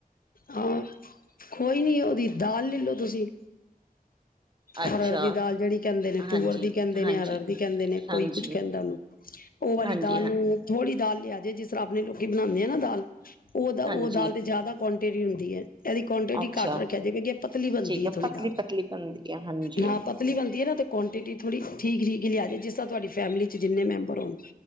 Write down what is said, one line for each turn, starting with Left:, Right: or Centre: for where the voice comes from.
Left: ਹਾਂ, ਕੋੋਈ ਨੀ ਉਹਦੀ ਦਾਲ ਲੇਲੋ ਤੁਸੀ।
Right: ਅੱਛਾ
Left: ਹਰਹਰ ਦੀ ਦਾਲ ਜਿਹੜੀ ਕਹਿੰਦੇ ਨੇ
Right: ਹਾਂਜੀ,
Left: ਤੂਅਰ ਦੀ ਕਹਿੰਦੇ
Right: ਹਾਂਜੀ,
Left: ਨੇ ਹਰਹਰ ਦੀ ਕਹਿੰਦੇ ਨੇ
Right: ਹਾਂਜੀ
Left: ਕੋਈ ਕੁਝ ਕਹਿੰਦਾ ਉਹਨੂੰ, ਉਹ ਵਾਲੀ
Right: ਹਾਂਜੀ
Left: ਦਾਲ
Right: ਹਾਂ
Left: ਨੂੰ ਥੋੜ੍ਹੀ ਦਾਲ ਲਿਆ ਜੇ ਜਿਸ ਤਰ੍ਹਾਂ ਆਪਣੇ ਲੋਕੀ ਬਣਾਉਂਦੇ ਆ ਨਾ ਦਾਲ। ਉਹਦਾ
Right: ਹਾਂਜੀ
Left: ਉਹ ਦਾਲ ਤੇ ਜਿਆਦਾ ਕੁਆਂਟਿਟੀ ਹੁੰਦੀ ਏ। ਇਹਦੀ ਕੁਆਂਟਿਟੀ
Right: ਅੱਛਾ
Left: ਘੱਟ ਰੱਖਿਆ ਜੇ ਕਿਉਂਕਿ ਇਹ ਪਤਲੀ ਬਣਦੀ
Right: ਠੀਕ
Left: ਹੈ ਥੋੜੀ
Right: ਪਤਲੀ
Left: ਦਾਲ।
Right: ਪਤਲੀ ਬਣਦੀ ਹੈ ਹਾਂਜੀ
Left: ਹਾਂ ਪਤਲੀ ਬਣਦੀ ਹੈ ਨਾ ਤੇ ਕੁਆਂਟਿਟੀ ਥੋੜ੍ਹੀ ਠੀਕ- ਠੀਕ ਹੀ ਲਿਆ ਜੇ ਜਿਸ ਤਾ ਤੁਹਾਡੀ ਫੈਮਲੀ 'ਚ ਜਿੰਨੇ ਮੈਂਬਰ ਹੋਣ